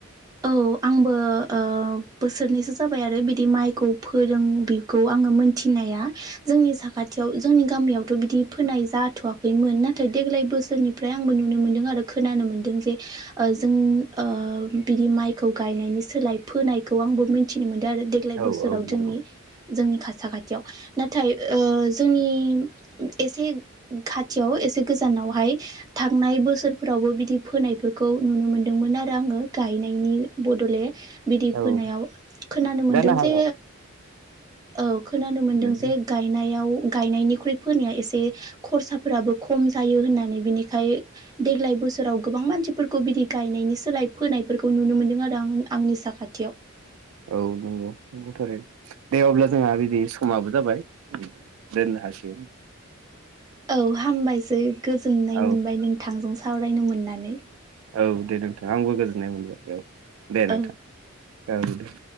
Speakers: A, on the right; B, on the right.
A: औ आंबो ओ औ बोसोरनैसो जाबाय आरो बिदि माइखौ फोरों बेखौ आङो मोनथिनाया । जोंनि साखाथियाव जोंनि गामियावथ' बिदि फोनाय जाथ'वाखैमोन नाथाय देग्लाय बोसोरनिफ्राय आंबो नुनो मोनदों। आरो खोनानो मोनदों जे ओ जोंनि ओ बिदि माइ खौ गायनायनि सोलाय फोनायखौ आंबो मिथिनो मोनदों आरो देग्लाय
B: औ
A: बोसोराव
B: औ
A: जोंनि
B: नंगौ
A: जोंनि खा साखाथियाव नाथाय ओ जोंनि एसे खाथियाव एसे गोजान नावहाय थांनाय बोसोरफोरावबो बिदि फोनायफोरखौ नुनो मोनदोंमोन आ रो आङो गायनायनि दले बिदि
B: औ
A: फोनायाव खोनानो मोनदों
B: जानो हागौ
A: जे औ खोनानो मोनदों
B: औ
A: जे गायनाय याव गायनायनिख्रुइ फोनाया एसे खरसाफोराबो खम जायो होननानै बिनिखाय देग्लाय बोसोराव गोबां मानसिफोरखौ बिदि गायनायनि सोलाय फोनायफोरखौ नुनो मोनदों आरो रां आंनि साखाथियाव
B: औ नंगौ नंगौथ' आरो दे अब्ला जोंहा बिदि समाबो जाबाय दोन हसिम
A: औ हामबायसै गोजोननाय
B: औ
A: मोनबाय नोंथांजों सावरायनो मोननानै
B: औ दे नोंथां आंबो गोजोननाय मोनबाय औ दे नोंथां
A: औ
B: ओं दे